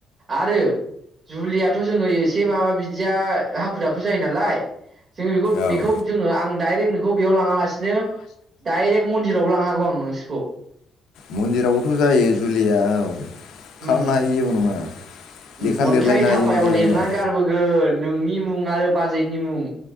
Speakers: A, on the right; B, on the left.
A: आरो जुलियाथ' जोङो एसे माबा बिदिया हाखु दाखु जायो नालाय जोङो बेखौ
B: औ
A: बेखौ जोङो आं डाइरेक्ट नोंखौ बेयाव लाङा लासिनो डाइरेक्ट मन्दिरावबो लांनो हागौ आं नोंसोरखौ।
B: मन्दिरावबोथ' जायो जुलिया औ खालामनो
A: उम
B: हायो जेबो नङा। लेखा
A: उम अन्थाइ
B: लिरलायनो
A: थाफायाव
B: हायो जेबो
A: लिरनानै
B: नङा
A: गारबोग गोन नोंनि मुं आरो बाजैनि मुं